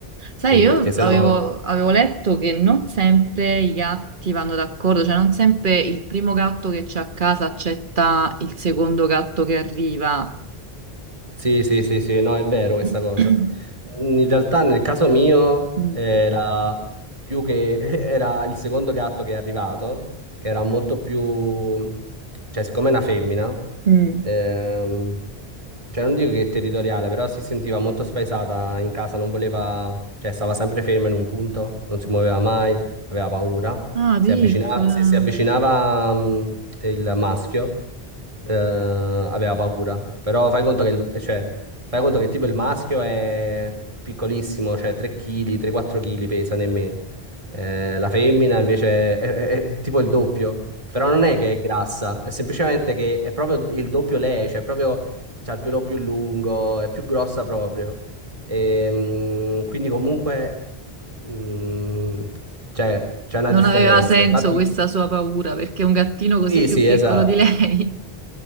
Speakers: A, on the right; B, on the right.
A: Sai,
B: Sì,
A: io
B: perché sennò...
A: avevo, avevo letto che non sempre i gatti vanno d'accordo, cioè non sempre il primo gatto che c'è a casa accetta il secondo gatto che arriva.
B: Sì, sì, sì, sì, no, è vero questa
A: <clears throat>
B: cosa. In realtà nel caso mio
A: Mm.
B: era più che <laughs> era il secondo gatto che è arrivato, che era molto più, cioè, siccome è una femmina,
A: Mm.
B: ehm, cioè non dico che è territoriale, però si sentiva molto spaesata in casa, non voleva, cioè stava sempre ferma in un punto, non si muoveva mai, aveva paura.
A: Ah,
B: Si
A: piccola.
B: avvicina- se si avvicinava mh, il maschio, eh, aveva paura. Però fai conto che, il- cioè, fai conto che tipo il maschio è piccolissimo, cioè 3 kg, 3-4 kg pesa nemmeno. Eh, la femmina invece è, è- è tipo il doppio. Però non è che è grassa, è semplicemente che è proprio il doppio lei, cioè proprio c'ha il pelo più lungo, è più grossa proprio. Ehm, quindi comunque mh, c'è c'è una
A: Non
B: differenza.
A: aveva senso
B: Infatti,
A: questa sua paura perché è un gattino così
B: sì,
A: più
B: sì,
A: piccolo
B: esatto.
A: di lei.